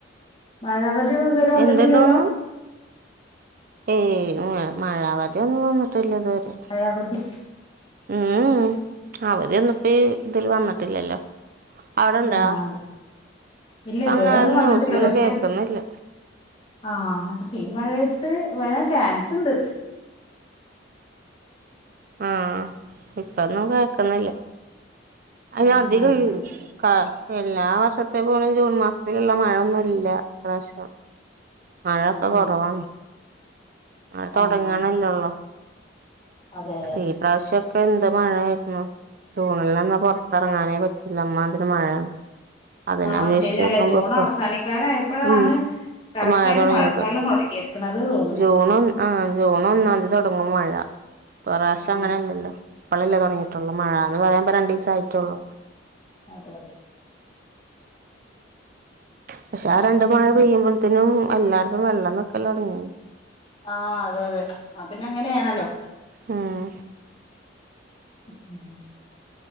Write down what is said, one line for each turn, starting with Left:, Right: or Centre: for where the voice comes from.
Left: മഴവധിയൊന്നും ഇതുവരെ വന്നിട്ടില്ലല്ലോ?
Right: എന്തുണ്ടോന്ന് ഏയ് മഴവദ്യോന്നും തന്നിട്ടില്ല ഇതുവരെ
Left: മഴവധി.
Right: ഉം ഉംഅവദ്യൊന്നുപ്പ ഈ ഇതിൽ വന്നിട്ടില്ലല്ലോ. അവിടെണ്ടാ
Left: ആഹ് അതെ ഇല്ല
Right: അ അങ്ങനെ
Left: ഇതുവരെ
Right: ആ
Left: ഒന്നും
Right: ന്യൂസിലൊന്നും
Left: വന്നിട്ടില്ല പക്ഷെ
Right: കേക്കന്നില്ല.
Left: ആഹ് പക്ഷെ ഈ മഴയത്ത് വരാൻ ചാൻസുണ്ട്
Right: ആഹ് ഇപ്പന്നും കേക്കുന്നില്ല അയ്ൻ
Left: ഉം
Right: അധികം
Left: അതെ
Right: ഈ
Left: അതെ അതെ
Right: ക എല്ലാ വർഷത്തെ പോലും ജൂൺ മാസത്തിലുള്ള മഴൊന്നുല്ല ഇപ്രാവ്ശ്യം മഴൊക്കെ
Left: ഉം
Right: കൊറവാണ്. മഴ തൊടങ്ങണലൊള്ളു.
Left: ആഹ് അതെ
Right: ഇപ്രാവ്ശ്യൊക്കെ എന്ത് മഴായിരുന്നു ജൂണിലൊന്നും പൊർത്തെർങ്ങാനേ പറ്റില്ല അമ്മാതിരി മഴ അതന്നെ
Left: ആഹ്
Right: അപേക്ഷിച്ചു
Left: ശരി
Right: നോക്കുമ്പോപ്പം
Left: അല്ല ജൂൺ അവസാനിക്കാനായപ്പോഴാണ്
Right: ഉം ഇപ്പ
Left: കറക്റ്റ്
Right: മഴ
Left: ആയിട്ട്
Right: തൊടങ്ങിയത്
Left: മഴക്കാലം തുടങ്ങിയിരിക്കണത് തോന്നുന്നു
Right: ജൂണും. ആഹ് ജൂൺ ഒന്നാംതീ തൊടങ്ങും മഴ ഇപ്രാവ്ശ്യം
Left: ഉം
Right: അങ്ങനെയല്ലല്ലോ ഇപ്പഴല്ലേ തൊടങ്ങീട്ടുള്ളു മഴാന്ന് പറയുമ്പോ രണ്ടീസം ആയിട്ടേള്ളൂ.
Left: അതെ അതെ.
Right: പക്ഷെ ആ രണ്ട്
Left: പിന്നെ
Right: മഴ പെയ്യുമ്പോള്ത്തിനും എല്ലായിടത്തും വെള്ളം നിക്കലൊട്ങ്ങി.
Left: ആഹ് അതെ അതെ അഹ് പിന്നെ അങ്ങനെയാണല്ലോ.
Right: ഉം
Left: <inaudible>